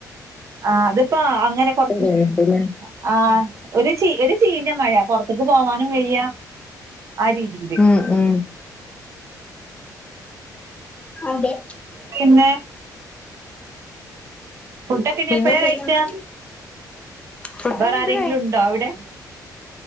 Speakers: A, on the right; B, on the left.
A: ആ അതിപ്പോ അങ്ങനെ കൊറച്ച്ഹ്
B: തോന്നുന്നുണ്ട് ല്ലേ
A: ആ ഒരു ചീ ഒരു ചീഞ്ഞ മഴ പുറത്തേക്ക് പോവാനും വെയ്യ ആ രീതി
B: ഉം ഉം അതെ
A: പിന്നെ ഫുഡൊക്കെ ഇനി
B: പിന്നെന്തൊക്കെയാണ്
A: എപ്പഴാ കഴിക്കാ
B: ഫുഡ്
A: വേറെ
B: നിട്ട്
A: ആരെങ്കിലും ഉണ്ടോ അവിടെ